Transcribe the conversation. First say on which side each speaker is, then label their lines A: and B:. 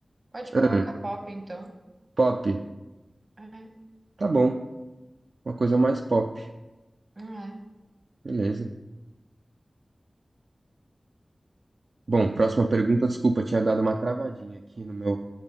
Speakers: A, on the right; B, on the right.
A: Pode colocar
B: Ahn,
A: pop, então.
B: pop.
A: É,
B: Tá bom, uma coisa mais pop.
A: não é.
B: Beleza. Bom, próxima pergunta. Desculpa, tinha dado uma travadinha aqui no meu,